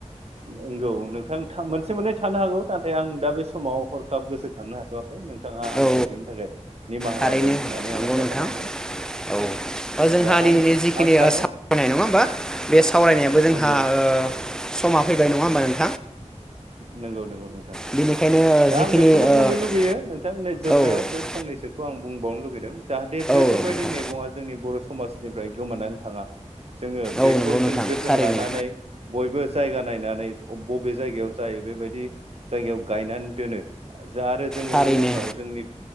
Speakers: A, on the right; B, in the centre.
A: नोंगौ नोंथां था मोनसे मोननै थानो हागौ नाथाय आं दा बे समाव हरखाब गोसोखांनो हाथ'वाखै। नोंथाङा आंखौ
B: औ
A: बेनि थाखाय निमाहा
B: थारैनो
A: होगोन होननानै
B: नंगौ
A: आं आसा
B: नोंथां।
A: खालामो
B: औ जोंहा
A: दा
B: दिनैनि
A: आं
B: जिखिनि
A: आं सानो
B: सावरायनाय नङा होमबा? बे सावरायनायाबो जोंहा
A: नंगौ
B: ओ समा फैबाय नङा होमबा नो
A: नोंगौ नोंगौ नोंथां।
B: बेनिखायनो ओ
A: दा
B: जिखिनि
A: आं बेखौनो
B: ओ
A: बुंनो लुगैयो नोंथां नै जोबनायाव
B: औ
A: बे फंनैसोखौ आं बुंबाव नो लुगैदों जाहाथे बैफोरबायदि
B: औ नोंथां
A: मैगङा जोंनि बर' समाजनिफ्राय गोमानानै थाङा। जोङो
B: औ
A: बेखौ
B: नंगौ नोंथां
A: जों जोथोन
B: थारैनो
A: लानानै बयबो जायगा नायना। अ बबे जायगायाव जायो बेबायदि जायगायाव गायनानै दोनो। जा आरो जोङो
B: थारैनो
A: इयुनाव जोंनि